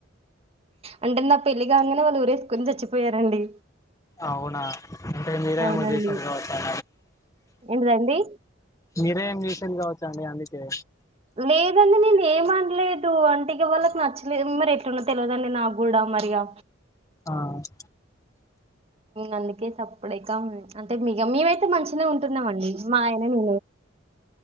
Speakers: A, on the right; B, on the left.
A: అంటే నా పెళ్లి గానిదే <unintelligible> ఊరేసుకుని చచ్చిపోయారండి
B: అవునా అంటే మీరే
A: అవునండి
B: ఏమో చేసినారు కావచ్చు అ
A: ఏంటిదండి
B: మీరే ఏం చేస్ <unintelligible> కావచ్చ అండి అందుకే
A: లేదండి నేన్ ఏం అనలేద్ తు ఆంటికి వాళ్ళకి నచ్చలేదు మరి ఎట్లున్నా తెలియదండి నాకు కూడా మరిగా
B: ఆయ్
A: అందుకే సప్పుడిక అంటే మిగ మేమైతే మంచిినె ఉంటున్నాంండి మా ఆయన నేను